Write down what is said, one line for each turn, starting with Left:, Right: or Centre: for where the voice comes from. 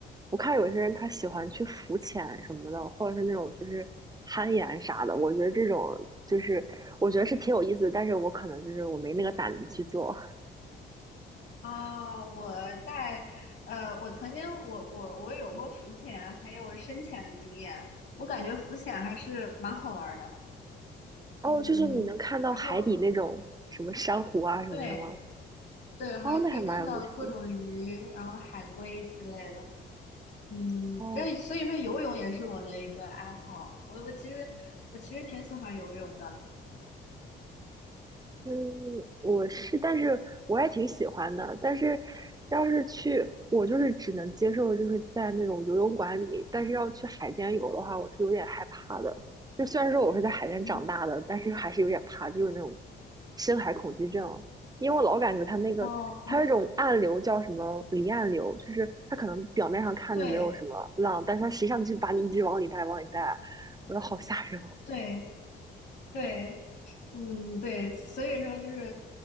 Right: 我看有些人他喜欢去浮潜什么的，或者是那种就是攀岩啥的，我觉得这种就是我觉得是挺有意思的，但是我可能就是我没那个胆子去做。
Left: 啊，我在，呃，我曾经我我我有过浮潜还有深潜的经验，我感觉浮潜还是蛮好玩儿的。
Right: <laughs>
Left: 嗯，
Right: 哦，就是你能看到海底那种什么珊瑚啊什么的吗？
Left: 然后对对，还可以看到各种鱼，
Right: 哦，那还蛮有意思的。
Left: 然后海龟之类的。嗯，
Right: 哦。
Left: 所以所以说游泳也是我的一个爱好。我我其实我其实挺喜欢游泳的。
Right: 嗯，我是，但是我也挺喜欢的。但是，要是去，我就是只能接受，就是在那种游泳馆里。但是要去海边游的话，我是有点害怕的。就虽然说我是在海边长大的，
Left: 嗯，
Right: 但是还是有点怕，就是那种深海恐惧症。因为我老感觉它那个，
Left: 哦，
Right: 它有一种暗流叫什么离岸流，就是它可能表面上看着没有什么浪，
Left: 对
Right: 但是它实际上就把你一直往里带，往里带，我觉得好吓人哦
Left: 对对，嗯对，所以说就是